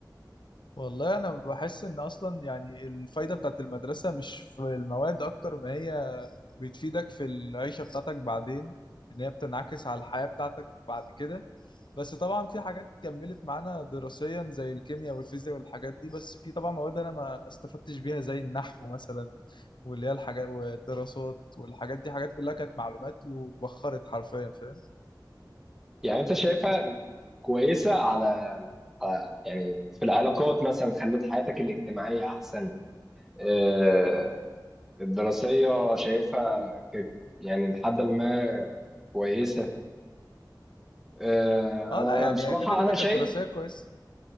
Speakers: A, on the left (about 80°); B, in the centre.
A: والله انا بحس ان اصلا يعني الفايده بتاعت المدرسه مش في المواد اكتر ما هي بتفيدك في العيشة بتاعتك بعدين إن هي بتنعكس على الحياة بتاعتك بعد كده بس طبعا في حاجات كملت معانا دراسيا زي الكيمياء والفيزياء والحاجات دي بس في طبعا مواد أنا ما استفدتش بيها زي النحو مثلا واللي هي الحاجات والدراسات والحاجات دي حاجات كلها كانت معلومات واتبخرت حرفيا فاهم
B: يعني انت شايفها كويسة على آه، يعني في العلاقات مثلا خلت حياتك الاجتماعية احسن آه، الدراسية شايفها ك- يعني لحد ما كويسة آه،
A: اه
B: انا
A: لا يعني
B: بصراحة
A: كده كده
B: انا شايف
A: كانت دراسية كويس